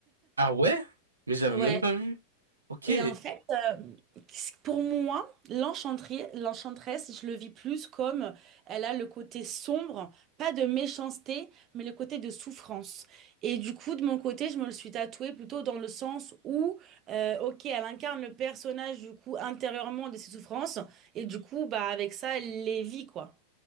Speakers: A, on the right; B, on the right.
A: Ah ouais? Mais j'avais
B: Ouais,
A: même pas vu. Ok.
B: et en fait, euh, pour moi, l'enchanterie- l'enchanteresse, je le vis plus comme elle a le côté sombre, pas de méchanceté, mais le côté de souffrance. Et du coup, de mon côté, je me le suis tatouée plutôt dans le sens où, euh, ok, elle incarne le personnage du coup intérieurement de ses souffrances, et du coup, bah avec ça, elle les vit quoi.